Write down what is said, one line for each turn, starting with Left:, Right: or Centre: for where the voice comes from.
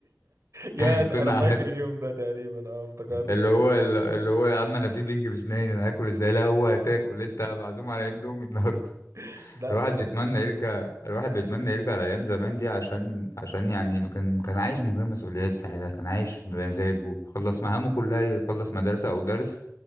Right: يا
Left: <laughs>
Right: ده
Left: كنا
Right: انا فاكر
Left: قاعدين
Right: اليوم ده تقريبا اه افتكرته
Left: اللي هو اللي هو يا عم أنا في بنج في أسناني أنا هاكل إزاي لا هو هتاكل أنت معزوم على أندومي النهاردة <laughs>
Right: <laughs> لا
Left: الواحد
Right: ده ده
Left: بيتمنى يرجع الواحد بيتمنى يرجع لأيام زمان دي عشان عشان يعني ما كان كان عايش من غير مسؤوليات ساعتها كان عايش بمزاجه خلص مهامه كلها يخلص مدرسة أو درس